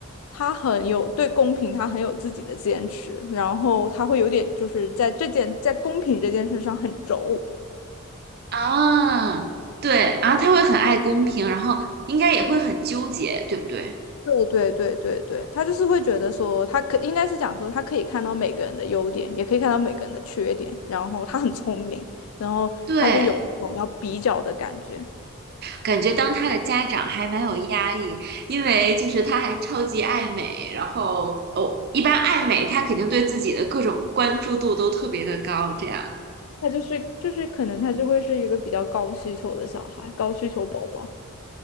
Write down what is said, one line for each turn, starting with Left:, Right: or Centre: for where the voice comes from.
Left: 他很有对公平，他很有自己的坚持，然后他会有点就是在这件在公平这件事上很轴。
Right: 啊，对，然后她会很爱公平，然后应该也会很纠结，对不对？
Left: 对对对对对，他就是会觉得说，他可应该是讲说，他可以看到每个人的优点，也可以看到每个人的缺点，然后他很聪明，然后他就有一种要比较的感觉。
Right: 对，感觉当他的家长还蛮有压力，因为就是他还超级爱美，然后哦，一般爱美他肯定对自己的各种关注度都特别的高，这样。
Left: 他就是就是可能他就会是一个比较高需求的小孩，高需求宝宝。